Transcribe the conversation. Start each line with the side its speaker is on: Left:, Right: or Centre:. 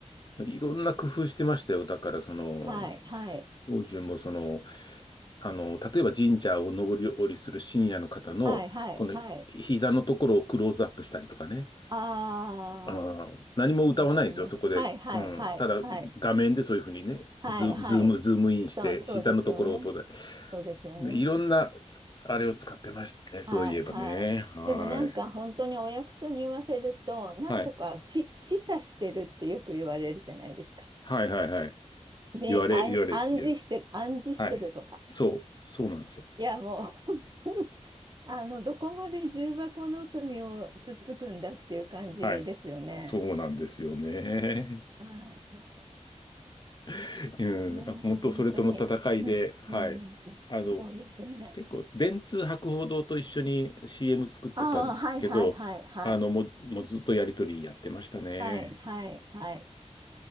Left: あ、いろんな工夫してましたよ。だから、その、
Right: はいはい
Left: 法順もその、あの、例えば神社を上り下りする深夜の方の、
Right: はいはいはい。
Left: この膝のところをクローズアップしたりとかね。
Right: ああ。
Left: ああ、何も歌わないですよ、
Right: なるほどな。
Left: そこで。
Right: はいはいはいはい
Left: うん。ただ、画面でそういうふうにね、
Right: はいはい。
Left: ズ、ズーム、ズームインして、
Right: そうそうですよね。
Left: 膝のところをと、ね
Right: そうですよね。
Left: いろんな、あれを使ってましたね、そういえばね。
Right: はいはい。
Left: はい。
Right: でもなんか本当にお役所に言わせると、なんとかし示唆してるってよく言われるじゃないですか。
Left: はい。はいはいはい。
Right: ね、
Left: 言われ、
Right: 暗暗示してる、
Left: 言われる、言われる。
Right: 暗示してるとか。
Left: はい。そう、そうなんですよ。
Right: いやもう本当にあの、どこまで重箱の隅をつっつくんだっていう感じですよね。
Left: はい。そうなんですよね。
Right: 本当に。はいはい。
Left: <laughs> うん。
Right: あ、もう本当に。
Left: あ本当、それとの戦いで、
Right: <laughs>
Left: はい。
Right: うん、うん
Left: あの、
Right: そうですね。
Left: 結構、電通博報堂と一緒に CM 作ってたんですけど、
Right: ああ、はいはいはいはい。
Left: あの、もうず、もうずっとやりとりやってましたね。
Right: はい、はい、はい。